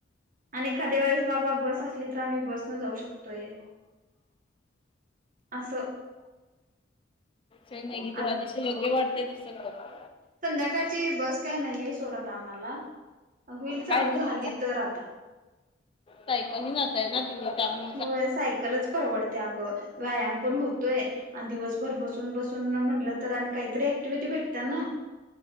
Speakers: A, on the right; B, on the left.
A: आणि एकखा दे वेळेस बाबा बस असली तर आम्ही बस न जाऊ शकतो. ते असं.
B: नाही की
A: आ
B: तुला जस योग्य वाटतंय तस कर.
A: संध्याकाळची बस काय नाहीये सोड आता आम्हाला व्हील चालू
B: काय तुम्ही
A: झाली तर आता.
B: सायकल ना जातय ना? तता <inaudible>
A: हो सायकलच परवडते, अगं व्यायाम पण होतोय आणि दिवसभर बसून बसून. म्हटलं तर आणि काहीतरी क्टिव्हटी भेटतात ना.